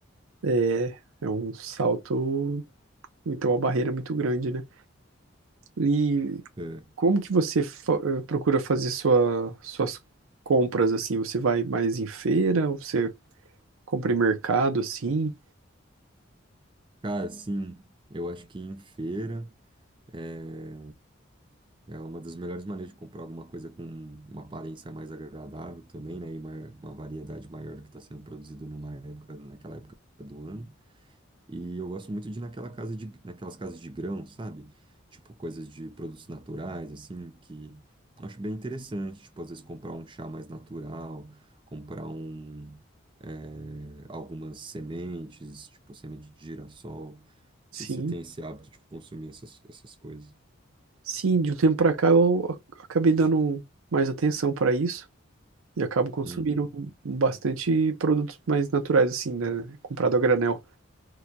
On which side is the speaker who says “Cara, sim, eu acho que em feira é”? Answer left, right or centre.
Right